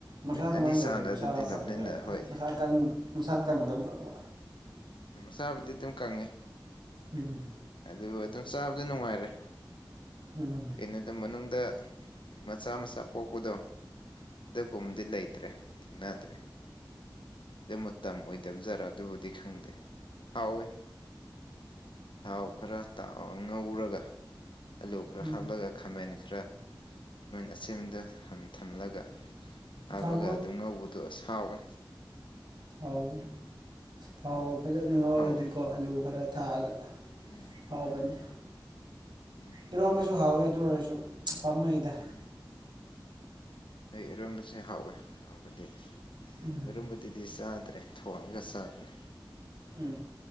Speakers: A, on the right (about 70°); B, on the left (about 80°).
A: ꯃꯁꯥ
B: ꯑꯅꯤ
A: ꯀꯃꯥꯏꯅ
B: ꯆꯥꯡꯗ
A: ꯇꯧꯒꯦ ꯃꯁꯥ
B: ꯑꯗꯨꯝ ꯇꯤꯜꯂꯕꯅꯤꯅ
A: ꯐꯕ꯭ꯔꯕ
B: ꯍꯣꯏ
A: ꯃꯁꯥ ꯃꯁꯥ ꯀꯪꯗꯕ꯭ꯔꯕ
B: ꯆꯥꯕꯨꯗꯤ ꯑꯗꯨꯝ ꯀꯪꯉꯦ
A: ꯎꯝ
B: ꯑꯗꯨꯕꯨ ꯑꯗꯨꯝ ꯆꯥꯕꯗ ꯅꯨꯡꯉꯥꯏꯔꯦ
A: ꯎꯝ
B: ꯀꯩꯅꯣꯗ ꯃꯅꯨꯡꯗ ꯃꯆꯥ ꯃꯆꯥ ꯄꯣꯛꯄꯗꯣ ꯑꯗꯨꯒꯨꯝꯕꯗꯤ ꯂꯩꯇ꯭ꯔꯦ ꯊꯦꯡꯅꯗ꯭ꯔꯦ ꯑꯗꯨ ꯃꯇꯝ ꯃꯇꯝ ꯑꯣꯏꯗꯕ ꯖꯥꯔ ꯑꯗꯨꯕꯨꯗꯤ ꯈꯪꯗꯦ ꯍꯥꯎꯋꯦ ꯊꯥꯎ ꯈꯔ ꯉꯧꯔꯒ ꯑꯂꯨ ꯈꯔ
A: ꯎꯝ
B: ꯍꯥꯞꯂꯒ ꯈꯥꯃꯦꯟ ꯈꯔ ꯈꯥꯃꯦꯟ ꯑꯁꯦꯝꯕꯗꯨ ꯊꯝꯂꯒ ꯍꯥꯞꯂꯒ
A: ꯊꯥꯎ
B: ꯑꯗꯨꯝ ꯉꯧꯕꯗꯣ ꯁꯥꯎꯋꯦ
A: ꯑꯥꯎ ꯍ ꯐ ꯂꯍꯧꯔꯗꯤꯀꯣ
B: ꯑꯗꯨꯝ ꯍꯥꯎꯋꯦ
A: ꯑꯂꯨ ꯈꯔ ꯊꯥꯛꯑꯒ
B: ꯎꯝ
A: ꯍꯥꯎꯕꯅꯤ
B: ꯎꯝ
A: ꯏꯔꯣꯟꯝꯕꯁꯨ ꯍꯥꯎꯋꯤ ꯑꯗꯨ ꯑꯣꯏꯔꯁꯨ ꯄꯥꯝꯃꯨꯗ
B: ꯎꯝ ꯑꯩ ꯑꯔꯨꯝꯕꯁꯦ ꯍꯥꯎꯋꯦ ꯍꯥꯏꯥꯎꯕꯗꯤ
A: ꯎꯝ
B: ꯑꯔꯨꯝꯕꯗꯨꯗꯤ ꯆꯥ ꯐꯠꯇ꯭ꯔꯦ ꯊꯣꯡꯉꯒ ꯆꯥꯕꯅꯦ
A: ꯎꯝ